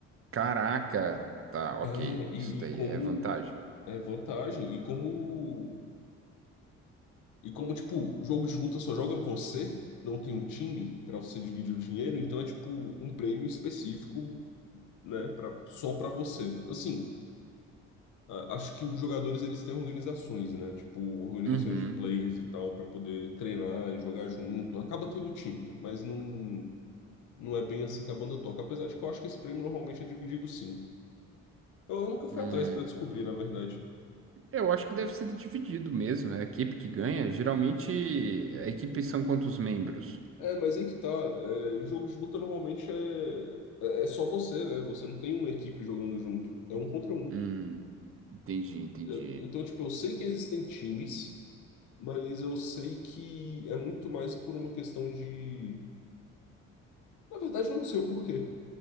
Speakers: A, on the right; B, on the left.
A: Caraca, tá, ok.
B: É,
A: Isso
B: e,
A: daí
B: e como
A: é vantagem.
B: é vantagem, e como E como, tipo, jogo de luta só joga você, não tem um time pra você dividir o dinheiro, então é, tipo, um prêmio específico, né, pra, só pra você. Assim, a- acho que os jogadores, eles têm organizações, né, tipo, organizações
A: Uhum.
B: de players e tal, pra poder treinar e jogar junto. Acaba tendo time, mas não, não é bem assim que a banda toca. Apesar de que eu acho que esse prêmio normalmente é dividido sim. Eu, eu nunca fui
A: Hum.
B: atrás pra descobrir, na verdade.
A: Eu acho que deve ser dividido mesmo. É a equipe que ganha. Geralmente, a equipe são quantos membros?
B: É, mas aí que tá. É, em jogo de luta normalmente é, é é só você, né? Você não tem uma equipe jogando junto. É um contra um.
A: Hum, entendi, entendi.
B: Eu- Então, tipo, eu sei que existem times, mas eu sei que é muito mais por uma questão de. Na verdade, eu não sei o porquê.